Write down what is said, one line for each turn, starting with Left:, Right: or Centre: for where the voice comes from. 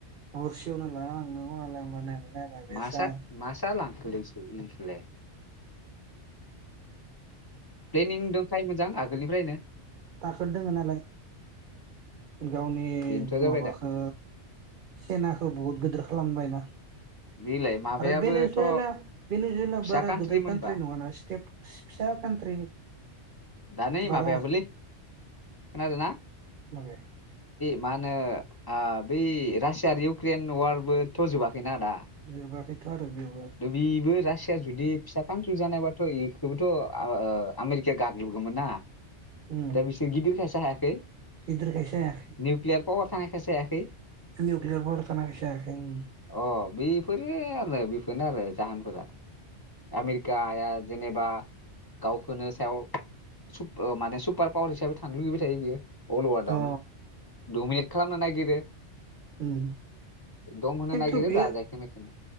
Right: हरसेयावनो लानां थांदोंबा मालाय नायलाय नायलाय बेसां
Left: मा साद मा जालांखोलैसो इखोलाय प्लेनिं दंखायो मोन जां आगो आगोलनिफ्रायनो
Right: थागोद दोङो नालाय गावनि
Left: बेनोथ' जाबाय
Right: माबाखौ
Left: दा
Right: सेनाखौ बुहुत गिदिर खालामबायना ओं
Left: बेलाय माबायाबोथ'
Right: आरो बेनोसुइला बेनोजुइला
Left: फिसा
Right: बारा
Left: कान्ट्रि
Right: गोदेर
Left: मोनबा
Right: कन्थ्रि नङाना स्टेप फिस फिसा कान्ट्रि
Left: दा नै
Right: बारा
Left: माबायाबोलै आरोना
Right: माबे
Left: मा होनो आ बै रासिया आरो इउक्रेन वारबोथ' जोबाखै ना दा
Right: जोबाखैथ' आरो बेबो
Left: द बेबो रास रासिया जुदि फिसा कान्ट्रि जानायबाथ' बेखौबोथ' ओ आमेरिकाया गाग्लोबगौमोन ना।
Right: उम
Left: दा बिसोर गिदिर खायसो हाया खै
Right: गिदिरखायसो जायाखै
Left: निउकलियार पावार थानाय सो हायाखै
Right: निउक्लियार पावार थानाय खायसो हायाखै उम
Left: अ बेफोरो आरोनो बेफोरनो आरो जाहोनफोरा आमेरिका आ जेनेबा गावखौनो सायाव सुब माने सुब सुपार पावार हिसाबै थानो लुगैबाय थायो बियो अल अवाद
Right: औ अ
Left: आवनो दमिनेट खालामनो नागिरो
Right: उम
Left: दम होनो
Right: खिनथु
Left: नागिरो
Right: बियो
Left: राजायखो मेखोनो